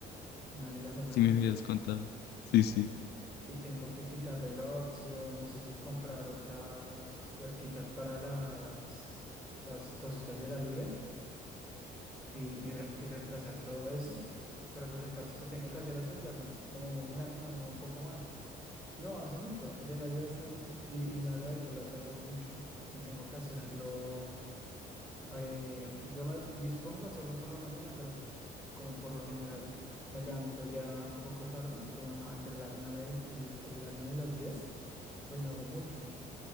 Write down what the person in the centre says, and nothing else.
una lira metálica,
y tengo que quitarle el óxido, no sé si comprar otras tuerquitas para las, las cositas de la lira. y, y reem- y reemplazar todo eso. Pero pues el caso es que tengo que hacer eso desde hace como una semana o un poco más. No, hace mucho, desde hace bastante. Y, y no lo he hecho, lo he aplazado mucho. Y tengo que hacerlo. eh, yo me dispongo a hacerlo por la mañana, pero como por lo general me levanto ya un poco tarde, como a- entre las nueve del- entre las 9 y las 10 pues no hago mucho.